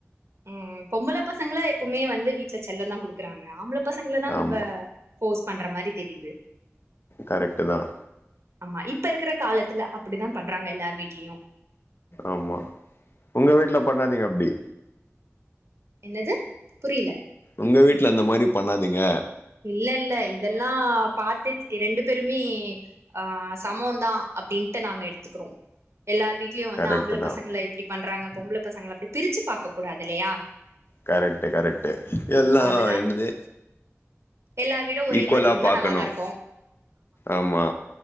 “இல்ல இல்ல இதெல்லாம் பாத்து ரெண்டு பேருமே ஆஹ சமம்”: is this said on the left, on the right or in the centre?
Right